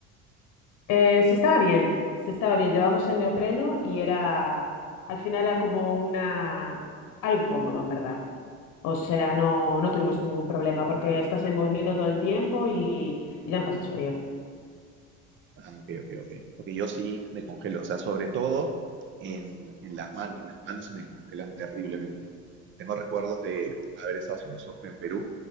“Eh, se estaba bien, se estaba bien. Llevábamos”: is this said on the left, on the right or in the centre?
Left